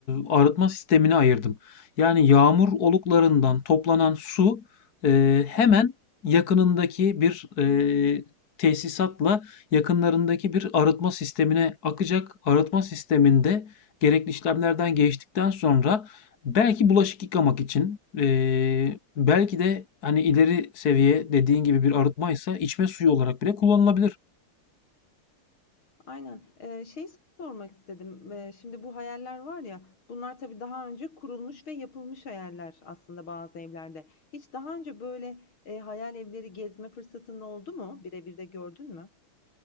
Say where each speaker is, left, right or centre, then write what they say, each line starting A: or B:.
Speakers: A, on the left; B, on the left.
A: arıtma sistemine ayırdım. Yani yağmur oluklarından toplanan su e, hemen yakınındaki bir e, tesisatla yakınlarındaki bir arıtma sistemine akacak. Arıtma sisteminde gerekli işlemlerden geçtikten sonra Belki bulaşık yıkamak için, eee, belki de hani ileri seviye dediğin gibi bir arıtmaysa içme suyu olarak bile kullanılabilir.
B: Aynen. Ee, şey sormak istedim. Ee, şimdi bu hayaller var ya, bunlar tabii daha önce kurulmuş ve yapılmış hayaller aslında bazı evlerde. Hiç daha önce böyle e, hayal evleri gezme fırsatın oldu mu? Birebir de gördün mü?